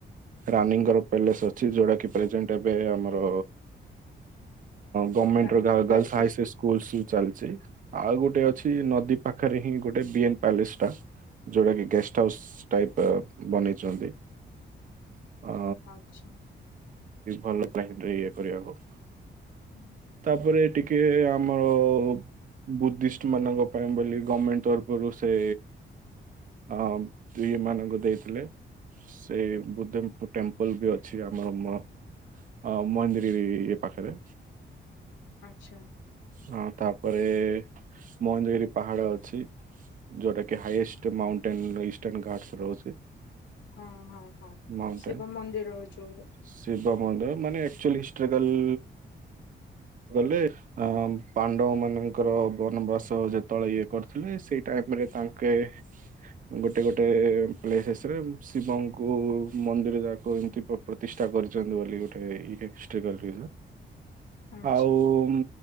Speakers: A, on the right (about 45°); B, on the left (about 85°).
A: ରାନି ଙ୍କର ପ୍ୟାଲେସ୍ ଅଛି ଯୋଉଟା କି ପ୍ରେଜେଣ୍ଟ ଏବେ ଆମର ଗଭର୍ଣ୍ମେଣ୍ଟ
B: girl
A: ର girl
B: girls
A: girls
B: high school
A: high schools ଚାଲିଛି ଆଉ ଗୋଟେ ଅଛି ନଦୀ ପାଖରେ ହିଁ ଗୋଟେ ବିଏନ ପ୍ୟାଲେସ ଟା। ଯୋଉଟା କି ଗେଷ୍ଟ ହାଉସ୍ ଟାଇପ ବନେଇଛନ୍ତି। ଆ
B: ଆଚ୍ଛା
A: ଭଲ ଲାଗିଲଥିଲା ସେରେ ଇଏ କରିବାକୁ।
B: ହୁଁ
A: ତାପରେ ଟିକେ ଆମର ବୁଦ୍ଧିଷ୍ଟ ମାନଙ୍କ ପାଇଁ ବୋଲି ଗଭର୍ଣମେଣ୍ଟ ତରଫରୁ ସେ ହଁ ଦୁଇ ମାନଙ୍କୁ ଦେଇଥିଲେ। ସେଇ ବୁଦ୍ଧ ଟେମ୍ପଲ ବି ଅଛି ଆମର ଅ ମହନ୍ଦିଗିରି ପାଖରେ
B: ଆଚ୍ଛା
A: ହଁ ତାପରେ ମହେନ୍ଦଗିରି ପାହାଡ ଅଛି। ଯୋଉଟା କି ହାଇଏଷ୍ଟ ମାଉଣ୍ଟେନ ଇଷ୍ଟର୍ଣ ଘାଟସ ରହୁଛି।
B: ହଁ ହଁ ହଁ
A: ମାଉଣ୍ଟେନ
B: ଶିବ ମନ୍ଦିର ଯୋଉ
A: ଶିବ ମନ୍ଦିର ମାନେ ଆଚୁଆଲି ହିଷ୍ଟରିକାଲ ଗଲେ ଅ ପାଣ୍ଡବ ମାନଙ୍କର ବନବାସ ଯେତେବେଳେ ଇଏ କରିଥିଲେ ସେଇ ଟାଇମରେ ତାଙ୍କେ ଗୋଟେ ଗୋଟେ ପ୍ଲେସେସ ରେ ଶିବଙ୍କୁ ମନ୍ଦିର ଯାକ ଏମତି ପ୍ରତିଷ୍ଠା କରିଛନ୍ତି ବୋଲି ଗୋଟେ ଇଏ। <unintelligible>
B: ଆଚ୍ଛା।
A: ଆଉ ଉମ୍,